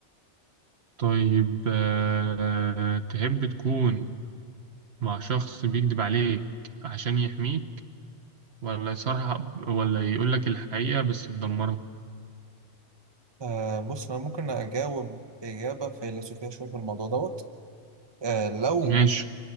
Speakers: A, on the right (about 65°); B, on the right (about 25°).
A: طيب آه، تحب تكون مع شخص بيكذب عليك عشان يحميك ولا يصارحك ولا يقولك الحقيقة بس تدمرك
B: آه بص أنا ممكن أجاوب إجابة فيلسوفية شوية في الموضوع دوت آه لو
A: ماشي